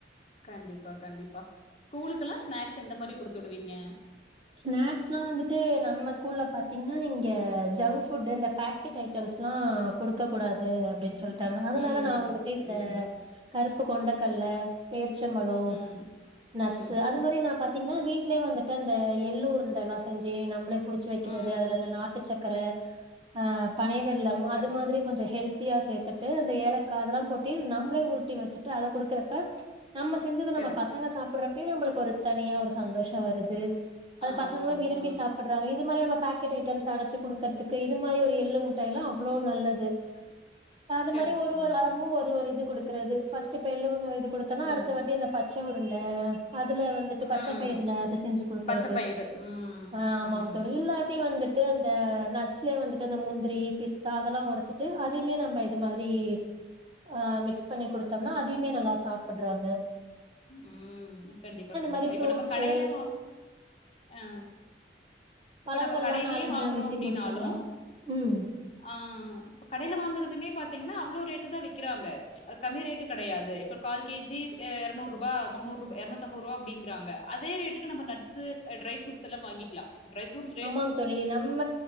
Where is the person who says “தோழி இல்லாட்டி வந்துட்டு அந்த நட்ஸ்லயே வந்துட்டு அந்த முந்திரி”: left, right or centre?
Right